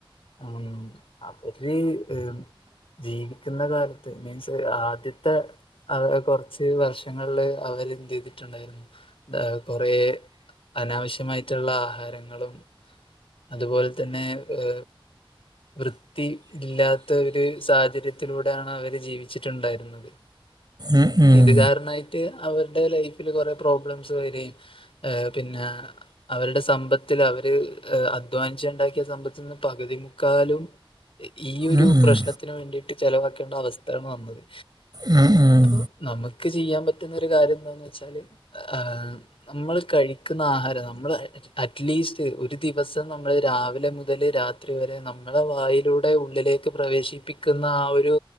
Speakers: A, on the left (about 80°); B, on the right (about 45°).
A: അം അവര് ഏഹ് ഉം ജീവിക്കുന്ന കാലത്ത് മീൻസ് ആദ്യത്തെ അവര് കൊറച്ച് വർഷങ്ങളില് അവരെന്തെയ്തിട്ടുണ്ടായിരുന്നു ദ കൊറേ അനാവശ്യമായിട്ടുള്ള ആഹാരങ്ങളും അതുപോലെ തന്നേ ഏഹ് വൃത്തി ഇല്ല്യാത്ത ഒരു സാഹചര്യത്തിലൂടെയാണ് അവര് ജീവിച്ചിട്ടുണ്ടായിരുന്നത്
B: ഉം ഉം
A: പിത് കാരണായിട്ട് അവരുടെ ലൈഫില് കൊറേ പ്രോബ്ലംസ് വരേം ഏഹ് പിന്നേ അവരുടെ സമ്പത്തില് അവര് ഏഹ് അധ്വാനിച്ച്ണ്ടാക്കിയ സമ്പത്ത്ന്ന് പകുതി മുക്കാലും ഈയൊരു
B: ഉം ഉം
A: പ്രശ്നത്തിന് വേണ്ടീട്ട് ചെലവാക്കേണ്ട അവസ്ഥേണ് വന്നത്
B: ഉം ഉം
A: ഓ നമക്ക് ചെയ്യാൻ പറ്റുന്നൊരു കാര്യെന്താന്ന് വെച്ചാല് ആഹ് നമ്മള് കഴിക്കുന്ന ആഹാരം നമ്മളേ അറ്റ്ലീസ്റ്റ് ഒരു ദിവസം നമ്മള് രാവിലെ മുതല് രാത്രി വരെ നമ്മള വായിലൂടെ ഉള്ളിലേ ക്ക് പ്രവേശിപ്പിക്കുന്ന ആഹ് ഒരു